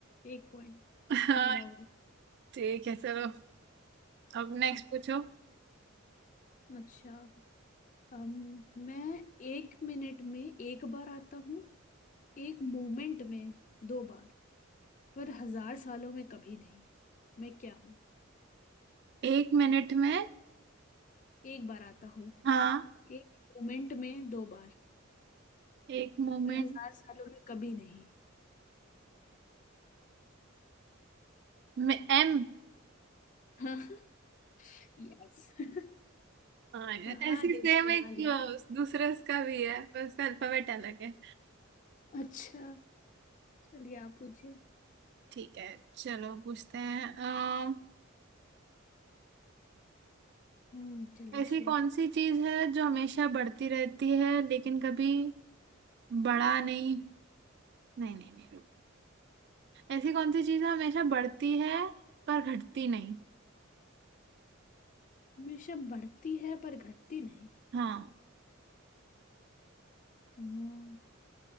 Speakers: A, on the left; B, on the right.
A: एक पॉइंट
B: हाँ
A: मेरा हो गया
B: ठीक है चलो अब नेक्स्ट
A: अब
B: पूछो
A: अच्छा अम, मैं एक मिनट में एक बार आता हूँ एक मोमेंट में दो बार पर हजार सालों में कभी नहीं मैं क्या हूँ
B: एक मिनट में
A: एक बार आता हूँ
B: हाँ
A: एक मोमेंट में दो बार
B: एक मोमेंट
A: पर हजार सालों में कभी नहीं
B: में एम
A: <laughs> यस <laughs>
B: हाँ ऐसी
A: हाँ दिमाग
B: सेम
A: लगा
B: एक
A: लिया
B: अ, दूसरे उसका भी है पर उसका अल्फाबेट अलग है
A: अच्छा चलिए आप पूछिए
B: ठीक है चलो पूछते हैं अ,
A: हम्म चलिए
B: ऐसी
A: शुरू
B: कौन सी चीज है जो हमेशा बढ़ती रहती है लेकिन कभी बड़ा नहीं नहीं नहीं नहीं रुक ऐसी कौन सी चीज है हमेशा बढ़ती है पर घटती नहीं
A: हमेशा बढ़ती है पर घटती नहीं
B: हाँ
A: हम्म,